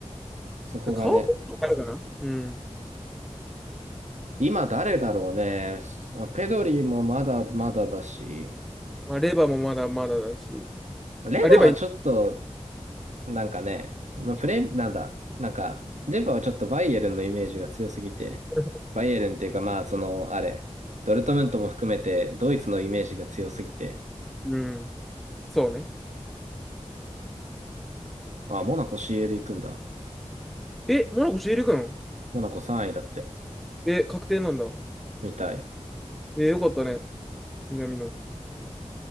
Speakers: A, on the right; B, in the centre.
A: そこがね。
B: だ顔とあるかなうん。
A: 今誰だろうね。ペドリもまだまだだし、
B: まあ、レバーもまだまだだし。
A: レバーはちょっと、
B: あ、レバーいい。
A: なんかね、まあ、プレ、なんだ、なんか、レバーはちょっとバイエルンのイメージが強すぎて、
B: <laughs>
A: バイエルンっていうかまあその、あれ、ドルトムントも含めてドイツのイメージが強すぎて、
B: うん。そうね。
A: あ、モナコ CL 行くんだ。
B: え、モナコシエく君
A: モナコ3位だって。
B: え、確定なんだ。
A: みたい。
B: え、よかったね。南の。